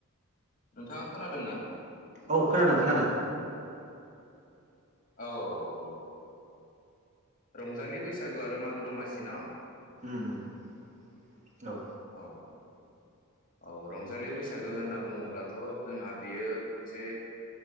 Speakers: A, on the left (about 40°); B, on the right (about 35°).
A: नोंथाङा खोनादों ना?
B: औ खोनादों खोनादों।
A: औ औ औ औ रंजालि बैसागु आरो मागो दमासि न।
B: उम उम औ।
A: औ औ औ रंजालि बैसागो होनना बुङोब्लाथ' जोंहा बेयो मोनसे